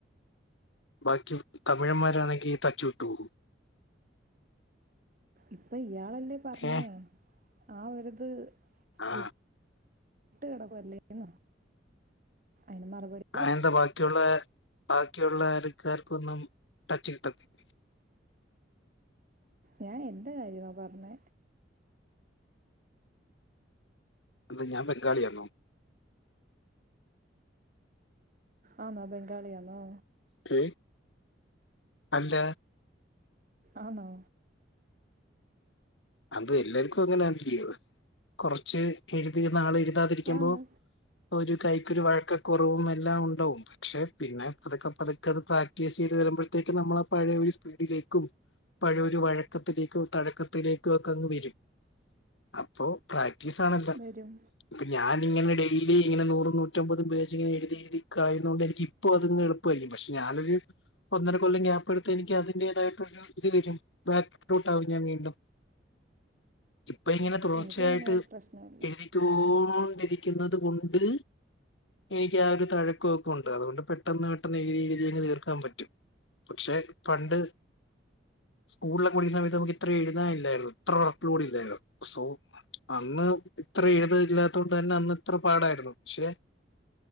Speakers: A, on the left; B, on the right.
A: ബാക്കി തമിഴന്മാരാണെങ്കി ടച്ചുവിട്ടുപോവോ
B: ഇപ്പൊ ഇയാള് അല്ലേ പർണ്
A: ഏ
B: ആ ഒര് ഇത്
A: ആ
B: വി ട്ട് കെടക്കു അല്ലേന്ന് അയിന് മറുപടി
A: അയെന്താ ബാക്കിയുള്ളേ കബാക്കിയുള്ളെ ആൾക്കാർക്കൊന്നും ടച്ച്കിട്ടത്തില്ലേ
B: ഞാൻ എന്റെ കാര്യമാ പർണ്
A: അതെന്താ ഞാൻ ബംഗാളിയാർന്നോ
B: ആന്നോ ബംഗാളിയാന്നോ
A: ക്കെ അല്ല
B: ആന്നോ
A: അത് എല്ലാര്ക്കും അങ്ങനേണ് ലീവ് കൊറച്ച് എഴുതി നാള് എഴ്താതിരിക്കുമ്പൊ
B: ആന്ന്
A: ഒരു കൈക്കൊരു വഴക്കക്കുറവും എല്ലാം ഉണ്ടാവും പക്ഷെ പിന്നെ പത്ക്കെ പത്ക്കെ അത് പ്രാക്ടീസീത് വെരുമ്പഴ്ത്തേക്കും നമ്മളാ പഴയ ഒരു സ്പീഡിലേക്കും പഴയൊരു വഴക്കത്തിലേക്കും തഴക്കത്തിലേ കാേക്കങ്ങ് വെരും അപ്പാെ പ്രാക്ടീസാണെല്ലാ
B: വരും
A: ഇപ്പം ഞാനിങ്ങെനെ ഡെയ്ലി ഇങ്ങെനെ നൂറും നൂറ്റമ്പതും പേജിങ്ങെനെ എഴ്തി എഴ്തിക്കായ്ന്നോണ്ടെനിക്ക്യ് പ്പോ അതങ്ങ് എളുപ്പായില്ലെ പക്ഷെ ഞാനൊര് ഒന്നര കൊല്ലം ഗ്യാപ്പെട്ത്ത എനിക്ക്യ് അതിന്റേതായ്ട്ടൊരു ഇതിരിക്ക്യും ബാക്ക്റൂട്ടാവും ഞാൻ വീണ്ടും. ഇപ്പൊ ഇങ്ങെനെ തുടർച്ചയായ്ട്ട്
B: എനിക്കങ്ങനെ ഒരു പ്രശ്നമില്ല
A: എഴ്തിക്കോണ്ടിരിക്ക്യ്ന്നെത് കൊണ്ട് എനിക്ക്യാ ഒരു തഴക്കാെക്കാെ ഉണ്ട് അതുകൊണ്ട് പെട്ടെന്ന് പെട്ടെന്ന് എഴ്തി എഴ്തിയങ്ങ് തീർക്കാം പറ്റും. പക്ഷെ പണ്ട് സ്കൂൾല് പോയിര്ന്ന സമയത്ത് നമുക്കിത്രെ എഴ്താ ഇൽ ല്ലായ്ര്ന്നു ഇത്ര വർക്ക് കൂടി ഇല്ലായ്ര്ന്നു സോ അന്ന് ഇത്ര എഴ്താൻ ഇല്ലാത്തോണ്ട് തന്നെ അന്ന് ഇത്ര പാടായ്ര്ന്നു പക്ഷെ